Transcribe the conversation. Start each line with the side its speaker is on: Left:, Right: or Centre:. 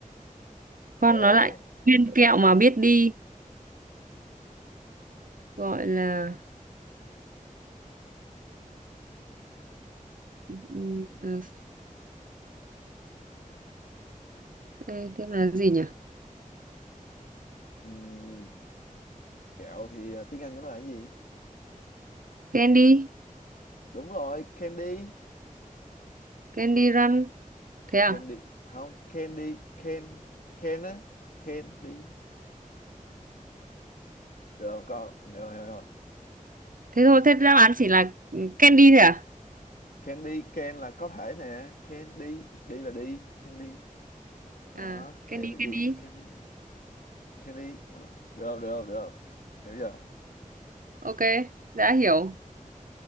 Right: con
Left: kẹo
Right: nó lại viên kẹo mà biết đi gọi là ừm, ừ, thế thế là gì nhỉ
Left: ừm, kẹo thì à, tiếng Anh của nó là cái gì
Right: candy
Left: đúng rồi candy
Right: candy run thế à
Left: candy không candy can can á candy được không con hiểu hiểu không
Right: thế thôi thế đáp án chỉ là ừ, candy thôi à
Left: candy can là có thể nè candy đi là đi candy đó
Right: à candy
Left: kẹo biết
Right: candy
Left: đi candy Candy đó. Được không? Được không? Được không? <laughs> Hiểu chưa?
Right: ok đã hiểu